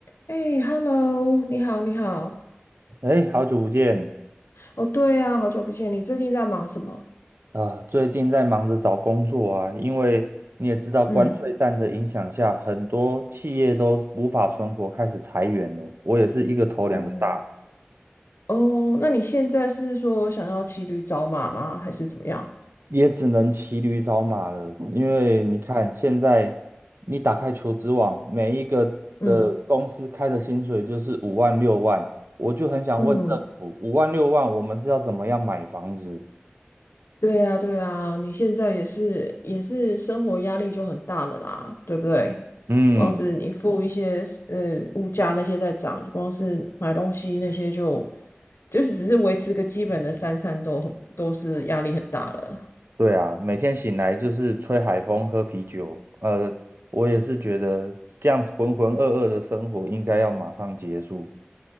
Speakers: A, on the left; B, on the right.
A: 哎，Hello，你好，你好。
B: 哎，好久不见！
A: 哦，对啊，好久不见，你最近在忙什么？
B: 啊、最近在忙着找工作啊，因为你也知道，关税战的影响下，
A: 嗯，
B: 很多企业都无法存活，开始裁员了。我也是一个头两个大，
A: 哦，哦，那你现在是说想要骑驴找马吗？还是怎么样？
B: 也只能骑驴找马了。因为你看，现在你打开求职网，每一个的公司开的薪水就是五万六万，
A: 嗯
B: 我就很想问政府，
A: 嗯，
B: 五万六万，我们是要怎么样买房子？
A: 对啊，对啊，你现在也是也是生活压力就很大了啦，对不对？
B: 嗯。
A: 光是你付一些呃物价那些在涨，光是买东西那些就就是只是维持个基本的三餐都很都是压力很大了。
B: 对啊，每天醒来就是吹海风、喝啤酒。呃，我也是觉得这样子浑浑噩噩的生活应该要马上结束。